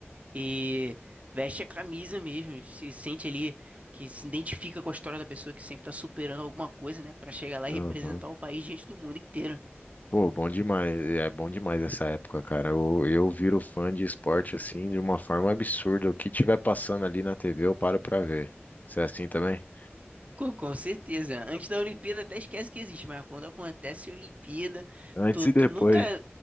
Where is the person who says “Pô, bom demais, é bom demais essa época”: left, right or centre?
Left